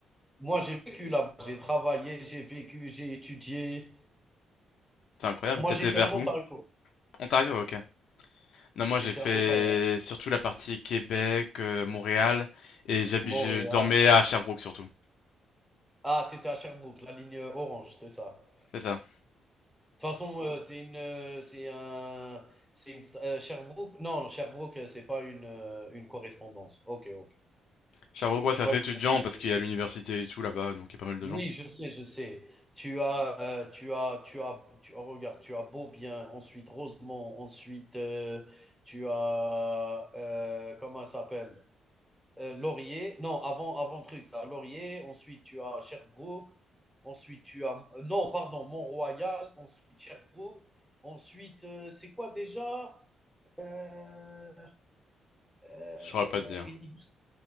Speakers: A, in the centre; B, on the left.
A: Moi, j'ai vécu là-bas, j'ai travaillé, j'ai vécu, j'ai étudié.
B: c'est incroyable.
A: Moi,
B: T'étais
A: j'étais
B: vers
A: en Ontario,
B: où? Ontario, ok. Non, moi
A: j'étais
B: j'ai fait
A: à Ottawa,
B: surtout la partie Québec, euh, Montréal et j'habi-
A: Montréal.
B: je dormais à Sherbrooke surtout.
A: Ah, tu étais à Sherbrooke, la ligne euh, orange, c'est ça.
B: C'est ça.
A: De toute façon, euh, c'est une, euh, c'est un, c'est une sta- euh, Sherbrooke. Non, non, Sherbrooke, euh, c'est pas une, euh, une correspondance. Ok, ok.
B: Sherbrooke, ouais, c'est
A: C'est
B: assez
A: pas une
B: étudiant
A: station de
B: parce
A: correspondance.
B: qu'il y a l'université et tout là-bas, donc il y a pas mal de
A: Oui,
B: gens.
A: je sais, je sais. Tu as, euh, tu as, tu as, tu as regarde, tu as Beaubien, ensuite Rosemont, ensuite euh, tu as, euh, comment ça s'appelle? euh, Laurier. Non, avant, avant truc, ça. Laurier. Ensuite, tu as Sherbrooke. Ensuite, tu as. euh, Non, pardon, Mont-Royal. Ensuite, Sherbrooke. Ensuite, euh, c'est quoi déjà Euh, euh,
B: Je saurais pas te dire.
A: Université.